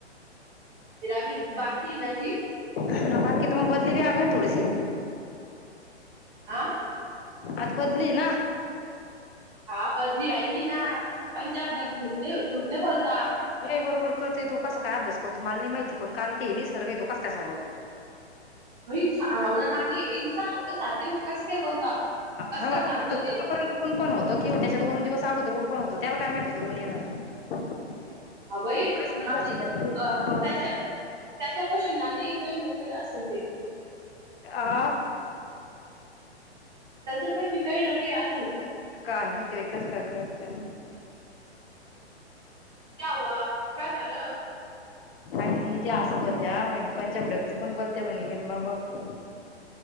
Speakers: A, on the right; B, on the left.
A: फर अभ बाकी न जी <unintelligible>
B: ह बाकी त मग बदली बीगे ना थोडीशी
A: आह
B: आज बदली ना
A: हा बदली आईंगी ना पंजाब जग, झूठ झूठ नहीं बोलता.
B: अ बरोबर करत य तो कस काय अभ्यास करतो मला नाही माहिती पण कारण की हे निसर्ग आहे तो कस काय सांगवतो.
A: अईवला ना एन सांग होत साव कस काय बोलता <unintelligible> कस
B: ह ह <unintelligible>
A: काय सांगतो ते
B: ऊन पण होतो किंवा त्याच्या दोन दिवस अगोदर ऊन पण होत त्याला काय माहत होतं ऊन येणार.
A: हवय
B: मग कसं बसेल त्याचं ते
A: त्याच्या
B: मग
A: <unintelligible> त्याच्या पशी आणि काही न काही असल ते
B: आ
A: त्याच्यापाशी काहीना काय असल.
B: काय माहिती कस काय कळत त्यांना
A: क्या हआ काय झालं.
B: आणि ते असत होत्या मनी पांच्या उडकच पण बोलते म्ह म म मग <unintelligible>